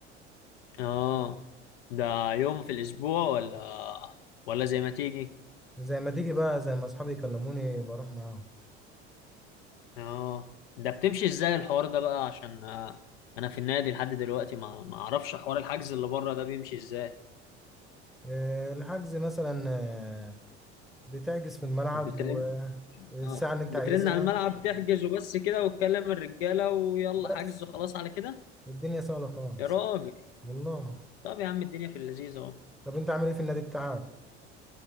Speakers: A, on the left; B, in the centre.
A: اه ده يوم في الاسبوع ولا ولا زي ما تيجي
B: زي ما تيجي بقى زي ما اصحابي يكلموني بروح معاهم
A: اه ده بتمشي ازاي الحوار ده بقى عشان آه، انا في النادي لحد دلوقتي ما ما اعرفش حوار الحجز اللي بره ده بيمشي ازاي
B: إيه، الحجز مثلا آه، بتحجز في الملعب
A: بترن
B: والساعة
A: اه
B: اللي انت
A: بترن
B: عايزها
A: على الملعب تحجز وبس كده وتكلم الرجاله ويلا
B: بس
A: حجز وخلاص على كده
B: الدنيا سهلة خالص
A: يا راجل
B: والله
A: طب يا عم الدنيا في اللذيذ اهو
B: طب انت عامل ايه في النادي بتاعك؟